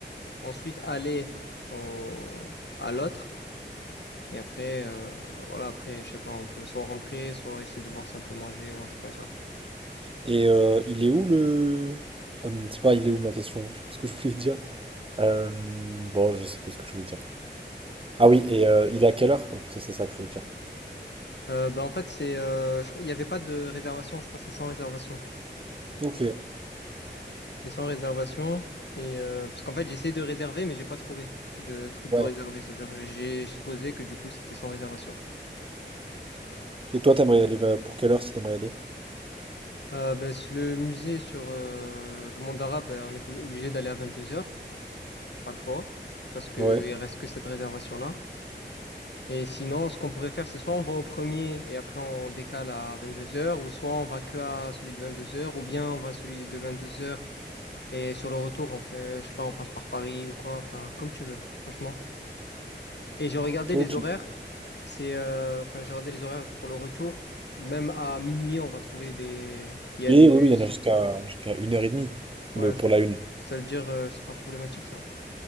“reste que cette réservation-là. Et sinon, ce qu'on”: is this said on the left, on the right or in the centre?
Left